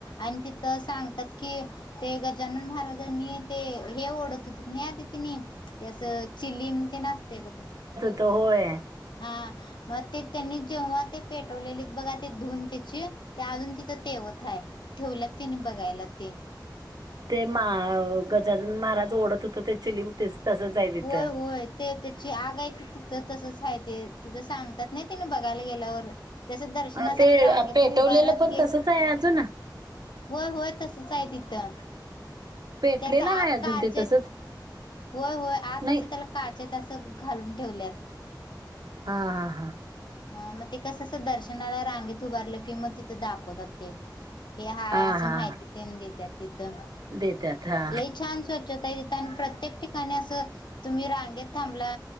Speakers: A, on the left (about 75°); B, on the right (about 60°).
A: आणि तिथं सांगतात की ते गजानन महाराज त्यांनी ते हे ओढत होती न्या तिथि नी ते असं चिलीम तेण असतंय बघा.
B: त होय.
A: हा मग ते त्यांनी जेव्हा ते पेटवलेलेत बघा ते धुवून ते ते ते अजून तिथ तेवत हाय ठेवलत तिन बघायला ते
B: ते मा गजाजन महाराज ओढत होत ते चिलिम तेच. तसंच आहे तिथं.
A: होय होय ते त्याची आगा हाय तिथं तसंच हाय ते तिथं सांगतात नाही. तिने बघायला गेल्यावर त्याच दर्शनासाठी
B: अ ते
A: रांगेतन
B: पेटवलेलं
A: हुभारत
B: पण
A: गेल.
B: तसच आहे अजून
A: होय होय तसच आहे तिथं.
B: पेटलेलं
A: त्याच्या आत
B: आहे अजून
A: काचेत.
B: ते तसच
A: होय होय आत
B: नाही
A: अस त्याला काचेतं अस घालून ठेवल्यात.
B: हा हा हा.
A: ह मग ते कसं अस दर्शनाला रांगेत उभारलं की मग तिथं दाखवतात ते. हे हाय
B: हा
A: असं
B: हा
A: माहिती
B: हा
A: तेन् देतात तिथं,
B: देतात हा
A: लई छान स्वच्छता. तान् प्रत्येक ठिकाणी असं तुम्ही रांगेत थांबला